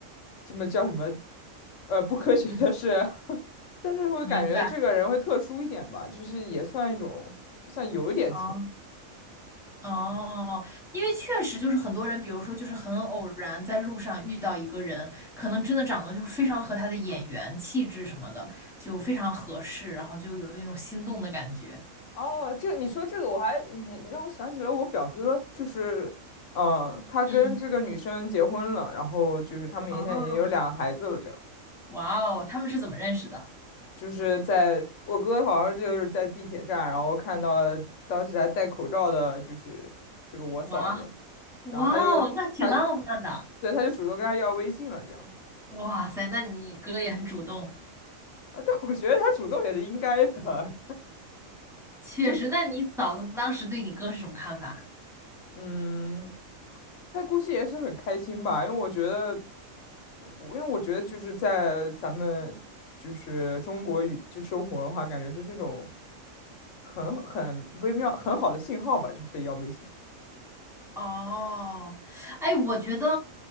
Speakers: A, on the left; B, in the centre.
A: 这么叫什么，呃，不科学的事啊，
B: 嗯，
A: <laughs> 但是会感觉这个人会特殊一点吧，
B: 明白。
A: 就是也算一种，算有一点情。
B: 哦，哦，因为确实就是很多人，比如说就是很偶然在路上遇到一个人，可能真的长得就是非常和他的眼缘、气质什么的就非常合适，然后就有一种心动的感觉。
A: 哦，这你说这个我还你你让我想起了我表哥，就是呃，他跟这个女生结婚了，
B: 嗯，
A: 然后就是他们现在也有两个孩子了，
B: 哦，
A: 这样。
B: 哇哦，他们是怎么认识的？
A: 就是在我哥好像就是在地铁站，然后看到当时还戴口罩的，就是这个我嫂子，
B: 哇哇哦，
A: 然后他就他
B: 那挺浪漫的。
A: 对他就主动跟他要微信了，这样
B: 哇塞，那你哥也很主动，
A: 啊，但我觉得他主动也是应该的，<laughs>
B: 确实。
A: 就是
B: 那你嫂子当时对你哥是什么看法？
A: 嗯，他估计也是很开心吧，因为我觉得，我因为我觉得就是在咱们就是中国语就生活的话，感觉这是一种很很微妙很好的信号吧，就是被要微信。
B: 哦，哎，我觉得